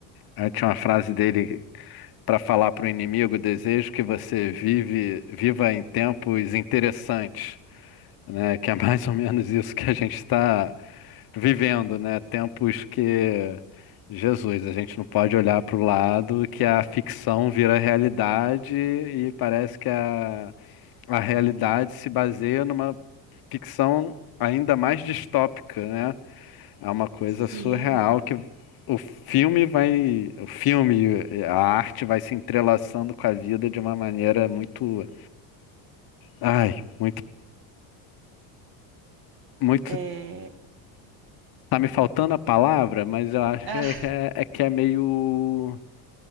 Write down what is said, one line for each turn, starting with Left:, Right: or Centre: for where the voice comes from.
Left: aí tinha uma frase dele para falar para o inimigo: desejo que você vive, viva em tempos interessantes. né? Que é mais ou menos isso que a gente está vivendo, né? Tempos que, Jesus, a gente não pode olhar para o lado que a ficção vira realidade e parece que a, a realidade se baseia numa ficção ainda mais distópica, né? É uma coisa surreal
Right: Sim.
Left: que o filme vai, o filme, e a arte vai se entrelaçando com a vida de uma maneira muito, ai, muito, muito
Right: É,
Left: Tá me faltando a palavra, mas eu acho
Right: ah,
Left: que é, que é- é que é meio.